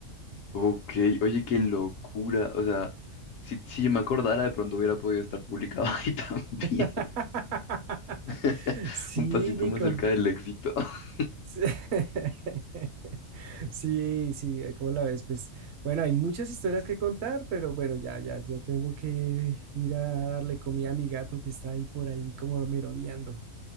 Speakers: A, on the left; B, on the right.
A: Ok, oye, qué locura. O sea, si, si yo me acordara, de pronto hubiera podido estar publicado <laughs> ahí también.
B: <laughs>
A: <laughs>
B: Sí,
A: Un pasito
B: Nico.
A: más cerca del éxito. <laughs>
B: Sí, <laughs> sí, sí, ¿cómo la ves? Pues bueno, hay muchas historias que contar, pero bueno, ya, ya, ya tengo que ir a darle comida a mi gato que está ahí por ahí como merodeando.